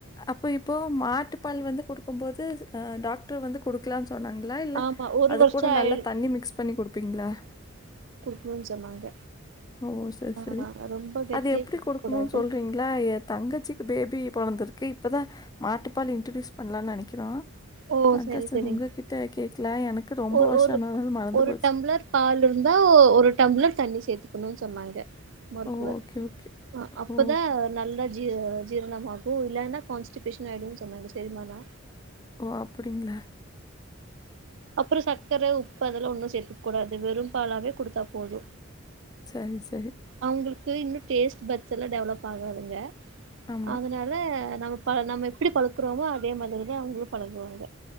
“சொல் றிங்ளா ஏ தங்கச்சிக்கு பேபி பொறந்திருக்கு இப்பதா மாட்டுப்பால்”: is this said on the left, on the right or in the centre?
Left